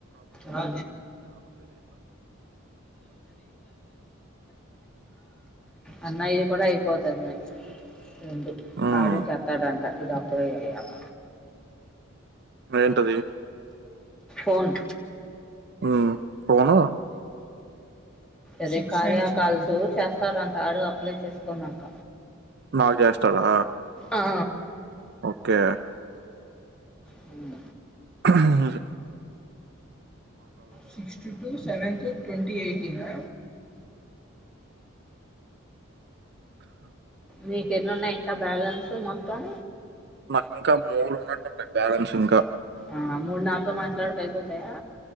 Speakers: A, in the centre; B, on the right.
A: ఆ అన్నయి కూడ అయిపోతన్నయి రెండు
B: హ్మ్.
A: ఆడు చేత్తాడంట ఇది అప్లై అయ్యాక
B: ఏంటది
A: ఫోను
B: హ్మ్. ఫోను
A: అదే కార్య కాల్స్ చేస్తాడంట ఆడు అప్లై చేసుకున్నాక
B: నాకు చేస్తాడా
A: ఆ,
B: ఓకే
A: హ్మ్
B: అదే
A: సిక్సటీ టు, సెవెన్త్ ట్వంటీ, ఎయిటీనా నీకెన్నున్నాయి ఇంకా బ్యాలెన్సు మొత్తం
B: నాక్ ఇంకా మూడు ఉన్నట్టుంటయి బ్యాలెన్స్ ఇంకా
A: ఆ మూడు నాతో మాట్లాడ్తె అయిపోతాయా